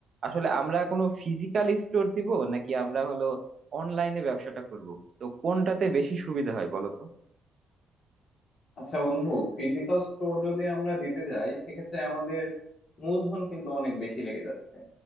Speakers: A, on the right; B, on the left.
A: আসলে আমরা কোনো ফিজিক্যাল স্টোর দিব নাকি আমরা হলো অনলাইনে ব্যবসাটা করব তো কোনটাতে বেশি সুবিধা হয় বলো তো
B: আচ্ছা বন্ধু ফিজিক্যাল স্টোর যদি আমরা দিতে যাই সেক্ষেত্রে আমাদের মূলধন কিন্তু অনেক বেশি লেগে যাচ্ছে